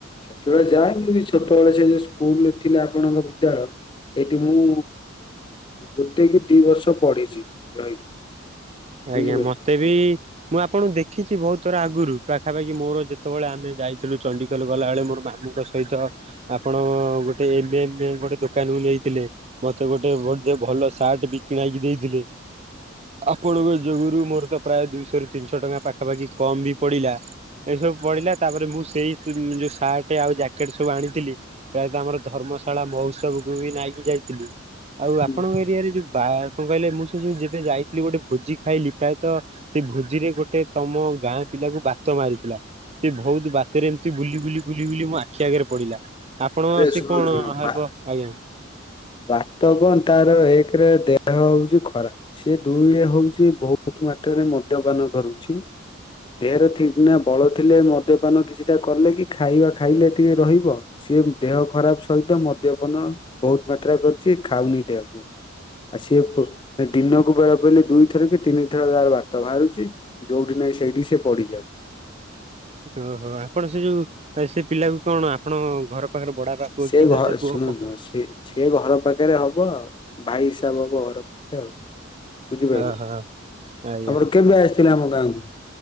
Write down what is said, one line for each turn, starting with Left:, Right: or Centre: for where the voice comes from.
Left: ସେତେବେଳେ ଯାଏ, କିନ୍ ଛୋଟବେଳେ ସେ ଯୋଉ ସ୍କୁଲରେ ଥିଲା, ଆପଣଙ୍କ ବିଦ୍ୟାଳୟ। ସେଇଠି ମୁଁ ଗୋଟେ କି ଦି ବର୍ଷ ପଢିଛି। ରହିକି।
Right: ଆଜ୍ଞା,
Left: ବୁଝିପାରିଲେ
Right: ମତେ ବି ମୁଁ ଆପଣଙ୍କୁ ଦେଖ ଦେଖିଛି। ବହୁତ ଥର ଆଗରୁ ପାଖାପାଖି ମୋର ଯେତେବେଳେ ଆମେ ଯାଇଥିଲୁ, ଚଣ୍ଡୀଖୋଲ ଗଲାବେଳେ ମୋର ମାମୁଁ ଙ୍କ ସହିତ। ଆପଣ-ଅ, ଗୋଟେ ଏବେ ଏବେ ଗୋଟେ ଦୋକାନକୁ ନେଇଥିଲେ। ମତେ ଗୋଟେ ବି ଭଲ ସାଟ୍ ଆଉ ଟେ ବିକି ଭାଇ କି ଦେଇଥିଲେ। ଆପଣଙ୍କ ଯୋଗୁରୁ ମୋର ତ ପ୍ରାୟ ଦୁଇଶହ ରୁ ତିନିଶହ ଟଙ୍କା ପାଖାପାଖି କମ୍ ବି ପଡ଼ିଲା। ଏଇ ସବୁ ପଡ଼ିଲା। ତା'ପରେ ମୁଁ ସେଇ ଯୋଉ ସାର୍ଟ ଆଉ ଜ୍ୟାକେଟ ସବୁ ଆଣିଥିଲି, ପ୍ରାୟତଃ ଆମର ଧର୍ମ ମଶାଳା ମହୋତ୍ସବକୁ ବି ନାଇକି ଯାଇଥିଲି। ଆଉ
Left: ହୁଁ
Right: ଆପଣଙ୍କ ଏରିଆରେ ଯୋଉ ବା! କଣ କହିଲେ? ମୁଁ ସେ ଯୋଉ ଯେବେ ଯାଇଥିଲି, ଗୋଟେ ଭୋଜି ଖାଇଲି ପ୍ରାୟତଃ, ସେ ଭୋଜିରେ ଗୋଟେ ତମ ଗାଁ ପିଲାକୁ ବାତ ମାରିଥିଲା। ସେ ବହୁତ ବାତରେ ଏମିତି, ବୁଲି ବୁଲି ବୁଲି ବୁଲି ମୋ ଆଖି ଆଗରେ ପଡିଲା। ଆପଣଙ୍କ
Left: ଆରେ
Right: ସିଏ
Left: ଶୁଣ
Right: କଣ
Left: ଶୁଣ
Right: ହବ?
Left: ବା
Right: ଆଜ୍ଞା
Left: ବାତ ତ ତାର ଏକରେ ଦେହ ହଉଛି ଖରାପ। ସେ ଦୁଇଏ ହଉଛି ବହୁତ ତୁ ମାତ୍ରାରେ ମଦ୍ୟପାନ କରୁଛି। ଦେହରେ ଠିକ ନା ବଳ ଥିଲେ ମଦ୍ୟପାନ କିଛିଟା କଲେ କି ଖାଇବା ଖାଇଲେ ଟିକେ ରହିବ। ସିଏ ଦେହ ଖରାପ ସହିତ ମଦ୍ୟପାନ ବହୁତ ମାତ୍ରା କରୁଛି, ଖାଉନି ଦେହକୁ। ଆଉ ସିଏ ପ ଦିନକୁ ବେଳ ପଇଲେ ଦୁଇଥର କି ତିନିଥର ତାର ବାତ ବାହାରୁଛି। ଯୋଉଠି ନାହିଁ ସେଇଟି ସିଏ ପଡିି ଯାଉ
Right: ଓ ହୋ ଆପଣ ସେ ଯୋଉ ସେ ପିଲାକୁ, କଣ ଆପଣ ଘର ପାଖରେ ବଡାପା ପୁଅ
Left: ସେ
Right: କି ଦାଦା
Left: ଘ
Right: ପୁଅ
Left: ଶୁଣନ୍ତୁ
Right: କ
Left: ସେ ସେ ଘର ପାଖରେ ହବ ଆଉ। ଭାଇ ହିସାବ ହବ ଘର ପାଖେରେ ଆଉ। ବୁଝିପାଇଲୁ,
Right: ଓହୋ ଆଜ୍ଞା।
Left: ଆପଣ କେବେ ଆସିଥିଲେ ଆମ ଗାଁକୁ?